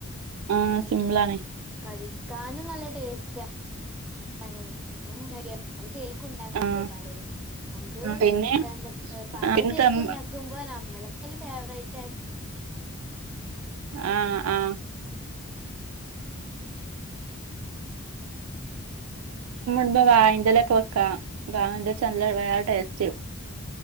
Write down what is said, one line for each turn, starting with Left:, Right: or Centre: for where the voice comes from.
Right: ആഹ് സിംമ്പ്ളാണെയ്
Centre: കഴിക്കാനും നല്ല ടേസ്റ്റാണ് ഇങ്ങനെ ഇണ്ടാക്കിയാലും പല ചേൽക്കും ഇണ്ടാക്ക്ണ്ട്
Right: ആഹ്
Centre: പലരും നമുക്ക്
Right: പിന്നെ
Centre: എന്താ പല
Right: പിന്നെ
Centre: ചേൽക്കും
Right: ദം
Centre: ഇണ്ടാക്കും മ്പൊ ഞമ്മ്ള്ക്ക് അയ്ല് ഫേവറേറ്റ് ആയിറ്റ്
Right: ആഹ് ആഹ് ന്താ വാഴെന്റെ എലൊക്കെ വെക്കാ വാഴന്റെല വെച്ച നല്ല വേറെ ഒര് ടേസ്റ്റ്